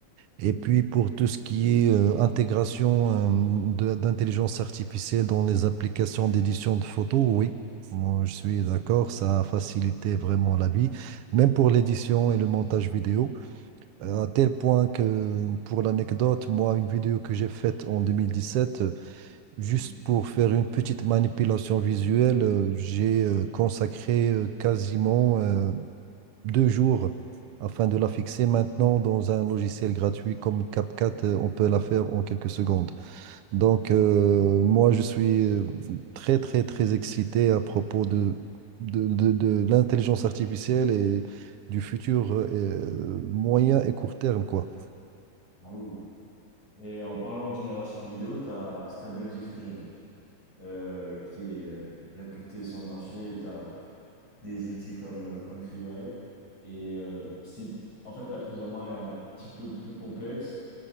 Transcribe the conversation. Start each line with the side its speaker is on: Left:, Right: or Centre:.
Right: Et
Left: mm,
Right: puis pour tout ce qui est euh, intégration euh, de- d'intelligence artificielle dans les applications d'édition de photos, oui, moi, je suis d'accord, ça a facilité vraiment la vie, même pour l'édition et le montage vidéo,
Left: mm,
Right: Euh, à tel point que pour l'anecdote, moi, une vidéo que j'ai faite en 2017, euh, juste
Left: mm.
Right: pour faire une petite manipulation visuelle, euh, j'ai euh, consacré euh, quasiment euh, deux jours afin de la fixer. Maintenant, dans un logiciel gratuit comme CapCut, euh, on peut la faire en quelques secondes. Donc, euh, moi, je suis euh, très, très, très excité à propos de, de, de- de l'intelligence artificielle et du futur euh, moyen et court terme, quoi.
Left: Ah oui. Et en parlant de génération vidéo, tu as Stable Diffusion euh, qui est euh, réputé sur le marché. Tu des outils comme euh, Confluent. Et euh, si, en fait, la prise en main, elle est un petit peu plus complexe